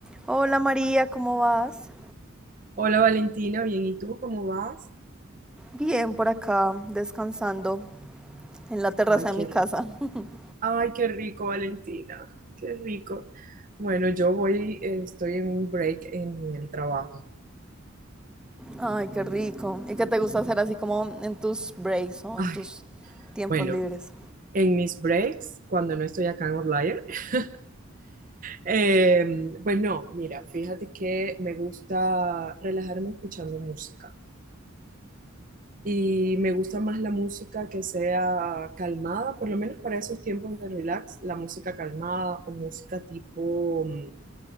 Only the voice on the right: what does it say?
Hola Valentina, bien, ¿y tú cómo vas?
Ay, qué
rico.
Ay, qué rico, Valentina. Qué rico. Bueno, yo voy, eh, estoy en un break en el trabajo.
Ay,
bueno,
en mis breaks, cuando no estoy acá en Outlier, <laughs> eh, pues no, mira, fíjate que me gusta relajarme escuchando música. Y me gusta más la música que sea calmada, por lo menos para esos tiempos de relax, la música calmada o música tipo. mm,